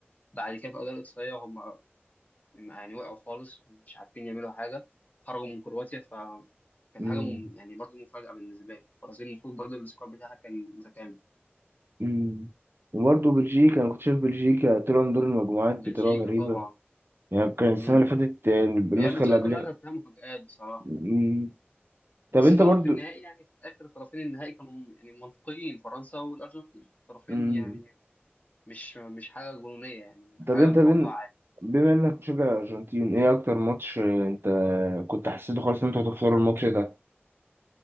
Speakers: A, on the left; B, on the right.
A: بعد كده في الاداء الاقصائية هم يعني وقعوا خالص مش عارفين يعملوا حاجة خرجوا من كرواتيا فكانت
B: مم،
A: حاجة مم يعني برضو مفاجأة بالنسبة لي البرازيل المفروض برضو السكواد بتاعها كان متكامل
B: مم. وبرضه بلجيكا انا كنت شايف بلجيكا طلعوا من دور المجموعات
A: بلجيكا
B: بطريقه غريبه
A: طبعا
B: يعني كان السنة
A: مم.
B: اللي فاتت آه، النسخة
A: هي المسابقة
B: اللي قبلها
A: كلها كانت فيها مفاجآت بصراحة
B: مم. طب
A: بس
B: انت
A: طرف
B: برضو
A: النهائي يعني في الاخر طرفين النهائي كانوا يعني منطقيين فرنسا والارجنتين طرفين
B: مم.
A: يعني مش مش حاجة جنونية يعني حاجة
B: طب انت
A: متوقعة
B: بين
A: عادي
B: بما انك مشجع الارجنتين ايه اكتر ماتش آه، انت كنت حسيته خالص ان انتوا هتخسروا الماتش ده